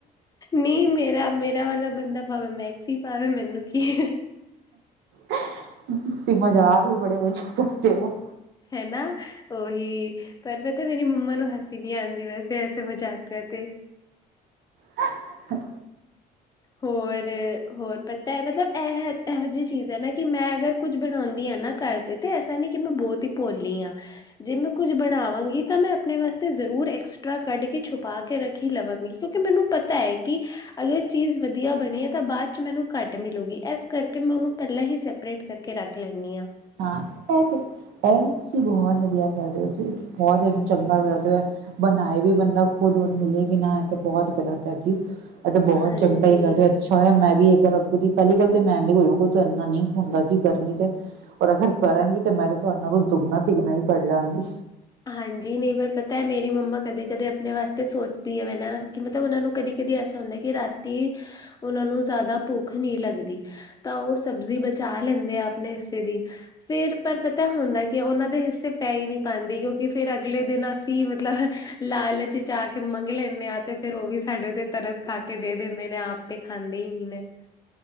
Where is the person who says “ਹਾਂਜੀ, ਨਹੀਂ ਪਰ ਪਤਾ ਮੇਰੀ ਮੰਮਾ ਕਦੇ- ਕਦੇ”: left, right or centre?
Left